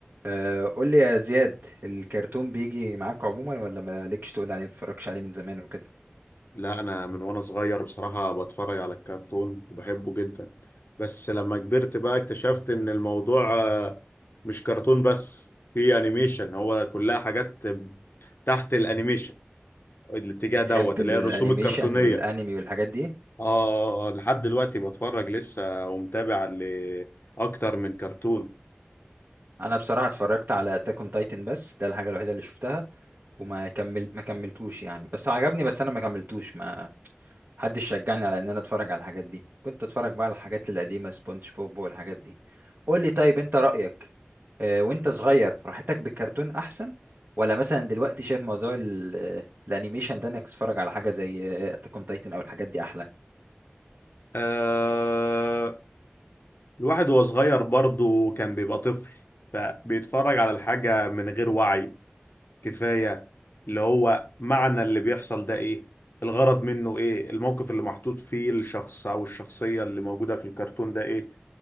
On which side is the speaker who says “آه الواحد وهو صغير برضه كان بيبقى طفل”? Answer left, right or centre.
Left